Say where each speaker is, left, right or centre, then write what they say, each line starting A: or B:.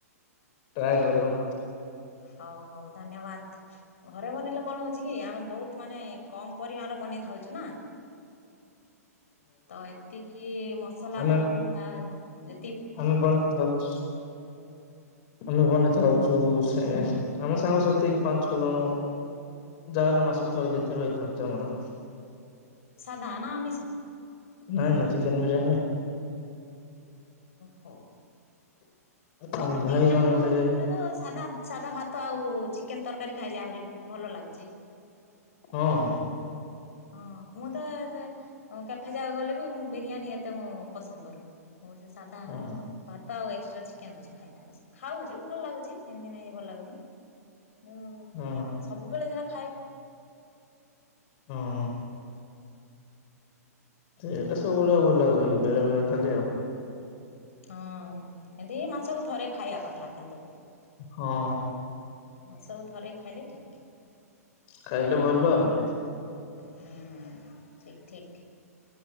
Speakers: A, on the left; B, on the left.
A: ଟ୍ରାଏ କରିବ।
B: ହଉ ହଉ ଧନ୍ୟବାଦ ଘରେ ବନେଇଲେ କଣ ହଉଛି କି ଆମେ ବହୁତ ମାନେ କମ ପରିମାଣରେ ବନେଇ ଥାଉଛୁ ନା। ତ ଏତିକି ମସଲା
A: ଆମେ
B: ଦେଲତା ଯେ
A: ଆମେ ବନେଇଥାଉଛୁ ଆମେ ବନେଇଥାଉଛୁ ସେ ଆମେ ସାଙ୍ଗ ସାଥି ପାଞ୍ଚ ଛଅ ଜଣ ଯାହାହେଲେ ମାସକୁ ଥରେ ଦିଥରେ ହେଇ ଯାଉଛି ଆମର।
B: ସାଧା ନା ଆମିଷ
A: ନାଇ ନାଇ ଚିକେନ ବିରିୟାନୀ
B: ହଁ।
A: ଆମ
B: ସେ
A: ଭାଇ
B: ବିରିୟାନୀ
A: ଜଣେ
B: ରୁ
A: ଗୋଟେ
B: ଭଲ ଦବ ସାଧା ସାଧା ଭାତ ଆଉ ଚିକେନ ତରକାରୀ ଖାଇଲେ ଆହୁରି ଭଲ ଲାଗୁଚି।
A: ହଁ ହଁ।
B: ହଁ ମୁଁ ତ ସେ ଅ କ୍ୟାଫେ ଯାକ ଗଲେ ବି ମୁଁ ବିରିୟାନୀ ଏତେ ମୁଁ ପସନ୍ଦ କରୁନି। ମୁଁ ସେ ସାଧା
A: ହଁ
B: ଭାତ ଆଉ ଏକ୍ସଟ୍ରା ଚିକେନ୍ ପଛେ ଖାଇଥାଉଚି। ଖାଉଚୁ ଭଲ ଲାଗୁଚି ଏମିତି ନାଇଁ ଭଲ ଲାଗୁନି ଉଁ
A: ହଁ
B: ସବୁବେଳେ ଏକା
A: ହଁ। ସେ ଏଟା ସବୁବେଳେ ଲାଗୁ ହୁଏ ବେଳେ ବେଳେ ଖାଲି ଆଉ
B: ହଁ ଏମିତି ମାସକୁ ଥରେ ଖାଇବା କଥା କିନ୍ତୁ।
A: ହଁ
B: ମାସକୁ ଥାରେ ଖାଇଲେ ଠିକ୍।
A: ଖାଇଲେ ଭଲ ଆଉ।
B: ହୁଁ ଠିକ ଠିକ